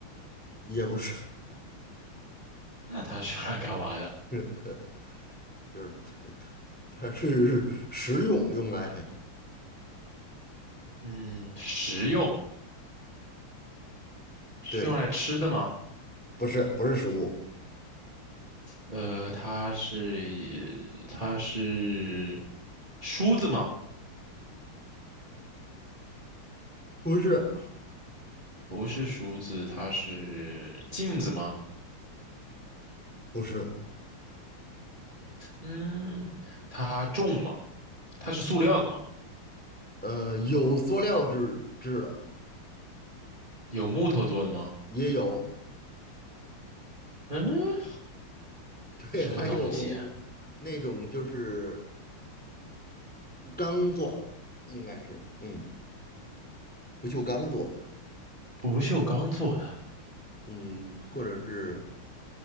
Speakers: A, in the centre; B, on the right (about 20°).
A: 也不是，
B: 那它是用来干嘛的？
A: <laughs> 就是它它它是食用用来，
B: 嗯，食用，是用来吃的吗？
A: 对，不是不是食物，
B: 呃，它是它是梳子吗？
A: 不是
B: 不是梳子，它是镜子吗？
A: 不是，
B: 嗯，它重吗？它是塑料的吗？
A: 呃，有塑料制制的，
B: 有木头做的吗？
A: 也有，
B: 嗯，
A: 对，
B: 什么东西啊
A: 还有那种就是钢做的，应该是，嗯，不锈钢做的，
B: 不锈钢做的。
A: 嗯，或者是